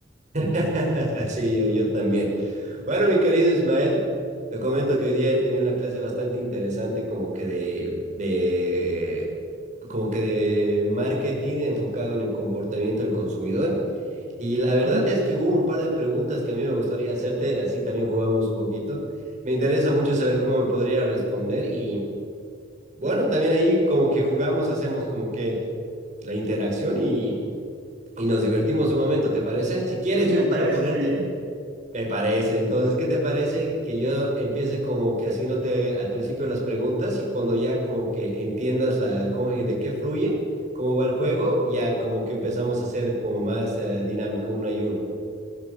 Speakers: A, on the right; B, on the right.
A: <laughs> Sí, yo, yo también. Bueno, mi querido Ismael, te comento que hoy día he tenido una clase bastante interesante como que de, de, como que de marketing enfocado en el comportamiento del consumidor. Y la verdad
B: Ujú.
A: es que hubo un par de preguntas que a mí me gustaría hacerte, así también jugamos un poquito. Me interesa mucho saber cómo me podría responder y bueno, también ahí como que jugamos, hacemos como que la interacción y, y nos divertimos un momento, ¿te parece? Si quieres
B: Me
A: yo
B: parece
A: para ponerte,
B: muy bien.
A: me parece. Entonces, ¿qué te parece que yo empiece como que haciéndote al principio las preguntas y cuando ya como que entiendas la, co- eh, de qué fluye, cómo va el juego, ya como que empezamos a hacer como más eh, dinámico una y una?